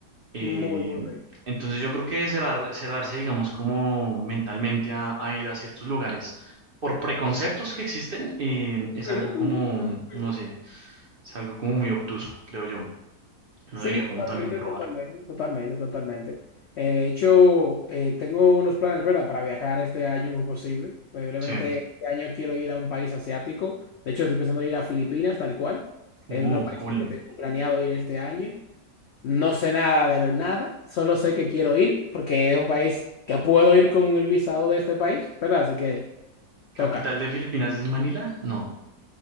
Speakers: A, on the right; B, on the left.
A: Eh,
B: Muy, muy bien
A: entonces yo creo que cerrar, cerrarse, digamos, como mentalmente a, a ir a ciertos lugares por preconceptos que existen, eh, es algo
B: Ujú,
A: como,
B: ujú, ujú.
A: no sé, es algo como muy obtuso, creo yo. No
B: Sí,
A: debería como
B: totalmente,
A: también probar.
B: totalmente, totalmente, totalmente. Eh, De hecho, eh, tengo unos planes, ¿verdad? Para viajar este año, muy posible. Probablemente
A: Sí.
B: este año quiero ir a un país asiático. De hecho, estoy pensando en ir a Filipinas, tal cual.
A: Uh,
B: Es uno de los países
A: cool.
B: que tengo planeado ir este año. No sé nada de lo- nada, solo sé que quiero ir porque es un país que puedo ir con el visado de este país, ¿verdad? Así que
A: ¿Capital
B: toca.
A: de Filipinas es Manila? No,